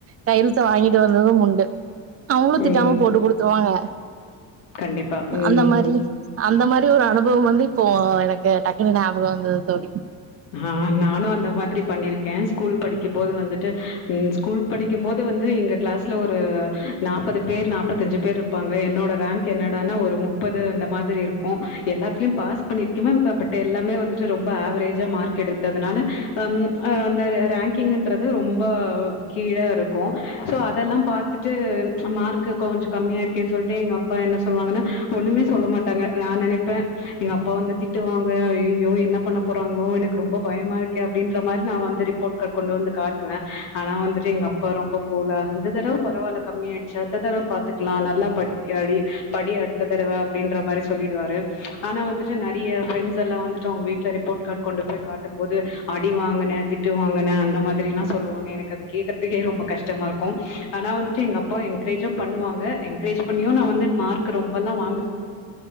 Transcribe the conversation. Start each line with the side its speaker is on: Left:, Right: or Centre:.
Right: கையெழுத்த வாங்கிட்டு வந்தது உண்டு அவுங்களு
Left: ம்
Right: திட்டாம போட்டு குடுத்துருவாங்க
Left: கண்டிப்பா ம்
Right: அந்த மாரி அந்த மாரி ஒரு அனுபவ வந்து இப்போ எனக்கு டக்குனு நியா பக வந்தது தோழி
Left: ஆ நானு அந்த மாதிரி பண்ணிருக்கே ஸ்கூல் படிக்கு போது வந்துட்டு ம் ஸ்கூல் படிக்கு போது வந்து எங்க கிளாஸ்ல ஒரு நாப்பது பேர் நாப்பத்தஞ்சி பேருப் பாங்க என்னோட ரேங்க் என்னடானா ஒரு முப்பது அந்த மாதிரி இருக்கு எல்லாத்திலியு பாஸ் பண்ண இருக்கு மேம் ப பட்டு எல்லாமே வந்துட்டு ரொம்ப ஆவரேஜ் ச மார்க் எடுத்ததுனால அம் ஆ அந்த ரேங்கிங்ன்றது ரொம்ப கீழ இருக்கு சோ அதெல்லா பாத்துட்டு மார்க்கு கொஞ்ச கம்மியா இருக்கேன் சொல்ட்டு எங்க அப்பா என்ன சொல்வாங்கனா ஒண்ணுமே சொல்ல மாட்டாங்க நா நெனைப்பே எங்க அப்பா வந்து திட்டு வாங்க ஐயையோ என்ன பண்ண போர் டங்கோ எனக்கு ரொம்ப பயமா இருக்கே அப்டின்ற மாரி நா. வந்து ரிப்போட் காட் கொண்டு வந்து காட்டுவே ஆனா வந்துட்டு எங்க அப் அப்பா ரொம்ப கூலா இந்த தரவ பரவாயில்ல கம்மியாயிடுச்சி அடுத்த தரவ பாத்துக்கலா நல்லா படுத்தி அடி படி அடுத்த தடவ அப்டின்ற மாரி சொல்லிடுவாரு ஆனா வந்துட்டு நெறைய ஃபிரண்ட்ஸ் எல்லா வந்துட்டு அவுங்க வீட்ல ரிப் போட் காட் கொண்டு போய் காட்டு போது அடி வாங்கனே திட்டு வாங்கனே அந்த மாதிரிலா சொல்லுவாங்க எனக்கு அது கேக்குறதுக்கே ரொம்ப கஷ்டமா இருக்கு ஆனா வந்துட்டு எங்க அப்பா என்கரேஜு பண்ணுவங்க என்கரேஜ் பண்ணியு நா வந்து மார்க் ரொம்பெல்லா வாங்கல